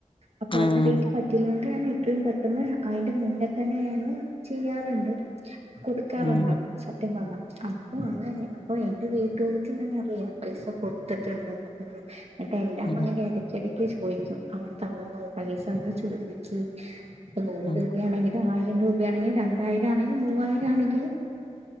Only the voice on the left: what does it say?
ആഹ്
ഉം
ഉം
ഉം
ഉം